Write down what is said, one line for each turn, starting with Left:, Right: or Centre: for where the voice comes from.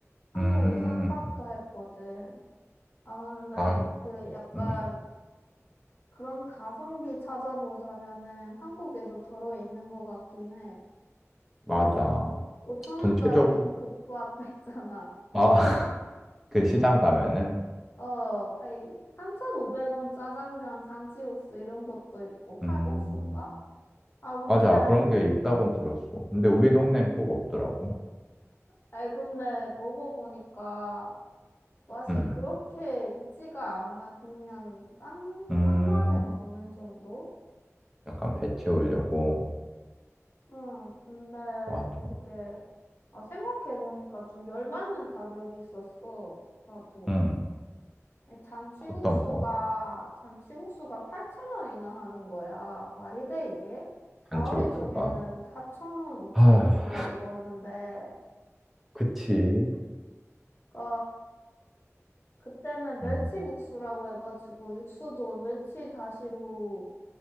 Left: 한국이
Centre: 음.
Left: 싼값도 했거든. 아, 근데
Centre: 아,
Left: 그 약간
Centre: 음.
Left: 그런 가성비 찾아보자면은 한국에도 들어있는 것 같긴 해.
Centre: 맞아.
Left: 5천
Centre: 전체적으로
Left: 원짜리 국밥 <laughs> 있잖아.
Centre: 아, <laughs> 그 시장 가면은
Left: 어, 에이, 3,500원 짜장면, 잔치국수 이런 것도 있고, 칼국수인가?
Centre: 음.
Left: 아, 근데,
Centre: 맞아. 그런 게 있다곤 들었어. 근데 우리 동네엔 꼭 없더라고.
Left: 아이, 근데 먹어보니까 맛이
Centre: 음.
Left: 그렇게 있지가 않아. 그냥 싼,
Centre: 음.
Left: 싼 맛에 먹는 정도?
Centre: 약간 배 채우려고.
Left: 응, 근데
Centre: 맞아.
Left: 그게, 아, 생각해보니까 좀 열받는 가격이 있었어. 나도.
Centre: 음.
Left: 아니, 잔치국수가,
Centre: 어떤 거?
Left: 잔치국수가 8,000원이나 하는 거야. 말이 돼, 이게? 나
Centre: 잔치국수가.
Left: 어릴 적에는 4,000원, 5,000원
Centre: 아,
Left: 주고 먹었는데,
Centre: 그치.
Left: 그, 그때는 멸치국수라고
Centre: 음,
Left: 해가지고, 육수도 멸치 다시로